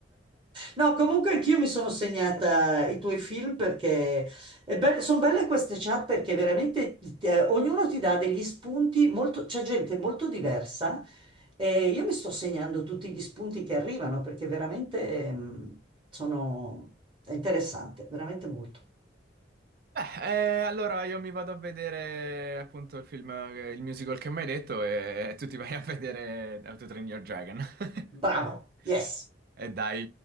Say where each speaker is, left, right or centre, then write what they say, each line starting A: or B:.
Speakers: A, on the right; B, on the right.
A: No, comunque anch'io mi sono segnata i tuoi film perché sono belle queste chat perché veramente eh, ognuno ti dà degli spunti, molto, c'è gente molto diversa. E io mi sto segnando tutti gli spunti che arrivano perché veramente mm, sono... è interessante, veramente molto.
B: Eh, eh, allora io mi vado a vedere appunto il film, eh, il musical che mi hai detto e, e tu ti vai a vedere How to Train Your Dragon. <laughs>
A: Bravo, yes.
B: E dai.